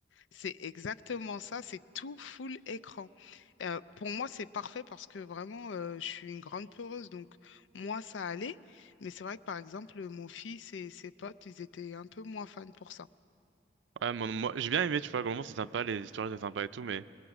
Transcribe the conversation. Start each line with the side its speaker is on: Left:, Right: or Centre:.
Left: C'est exactement ça. C'est tout full écran. Euh, pour moi, c'est parfait parce que vraiment, euh, je suis une grande peureuse. Donc, moi, ça allait. Mais c'est vrai que, par exemple, mon fils et ses potes, ils étaient un peu moins fans pour ça.
Right: Ouais, mon- moi, j'ai bien aimé, tu vois, globalement, c'est sympa, les histoires étaient sympas et tout, mais,